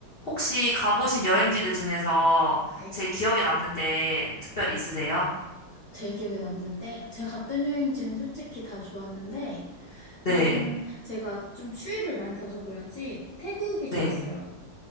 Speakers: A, on the left; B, on the left.
A: 혹시 가보신 여행지들 중에서
B: 네.
A: 제일 기억에 남는데 특별히 있으세요?
B: 제일 기억에 남는데, 제가 갔던 여행지는 솔직히 다 좋았는데,
A: 네,
B: 음, 제가 좀 추위를 많이 타서 그런지 태국이
A: 네.
B: 좋았어요.